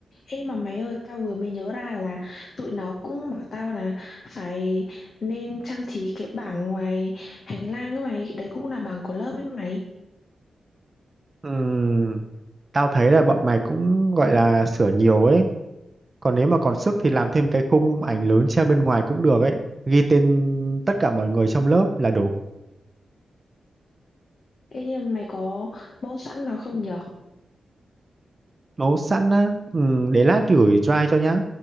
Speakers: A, on the left (about 55°); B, on the right (about 30°).
A: ê mà mày ơi, tao vừa mới nhớ ra là tụi nó cũng bảo tao là phải nên trang trí cái bảng ngoài hành lang các mày, đấy cũng là bảng của lớp ấy mày.
B: Ừm, Tao thấy là bọn mày cũng gọi là sửa nhiều ấy. Còn nếu mà còn sức thì làm thêm cái khung ảnh lớn treo bên ngoài cũng được ấy. Ghi tên tất cả mọi người trong lớp là đủ.
A: Ê nhưng mà mày có mẫu sẵn nào không nhỉ?
B: Nấu sẵn á. Ừ, để lát gửi drive cho nhá.